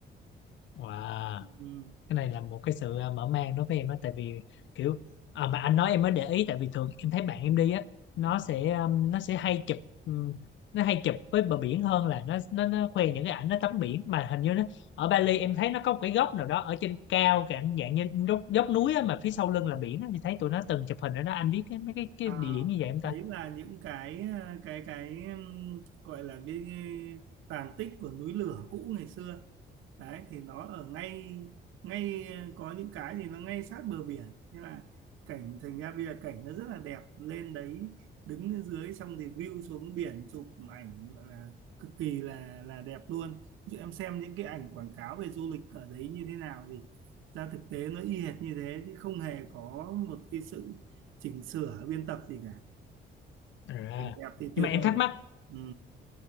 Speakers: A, on the left (about 70°); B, on the right (about 85°).
A: wow.
B: ừ.
A: cái này là một cái sự à, mở mang đối với em á tại vì kiểu à, mà anh nói em mới để ý tại vì thường em thấy bạn em đi á nó
B: Ừ.
A: sẽ um, nó sẽ hay chụp um, nó hay chụp với bờ biển hơn là nó nó nó khoe những cái ảnh nó tắm biển mà hình như nó ở Bali em thấy nó có một cái góc nào đó ở trên cao cả dạng như dốc, dốc núi á, mà phía sau lưng là biển á, thì thấy tụi nó từng chụp hình ở đó anh biết cái, mấy cái cái
B: À,
A: địa điểm như vậy em ta
B: đấy là những cái cái cái um, gọi là cái tàn tích của núi lửa cũ ngày xưa đấy thì nó ở ngay ngay ờ, có những cái thì nó ngay sát bờ biển thế là cảnh thành ra bây giờ cảnh nó rất là đẹp lên đấy đứng dưới xong thì view xuống biển chụp ảnh gọi là cực kỳ là là đẹp luôn Ví dụ em xem những cái ảnh quảng cáo về du lịch ở đấy như thế nào thì ra thực tế nó y hệt như thế chứ không hề có một cái sự chỉnh sửa biên tập gì cả
A: à.
B: cảnh đẹp thì
A: nhưng
B: tuyệt
A: mà em
B: vời
A: thắc mắc
B: ừ.